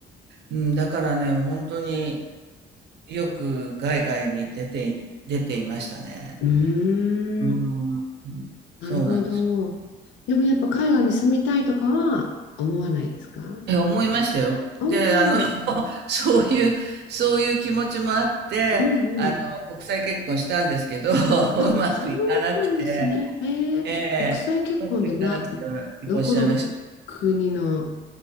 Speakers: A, on the right; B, on the left.
A: うん、だからね、もう本当によく海外に出てい、出ていましたね。
B: ー
A: う
B: ん。
A: ん、
B: なるほど。
A: そうなんです。
B: でもやっぱ海外に住みたいとかは思わないですか
A: え、思いましたよ。
B: ああ、
A: で、
B: うん
A: あの、<laughs> そういう、そういう気持ちもあって、
B: うん。
A: あの、国際結婚したんですけど、<laughs> うまくいかなくて、
B: あ、そうなんですね。えー、
A: ええ、
B: 国際結婚でな、
A: うまくいかなくて結婚しちゃいまし
B: どこの国の、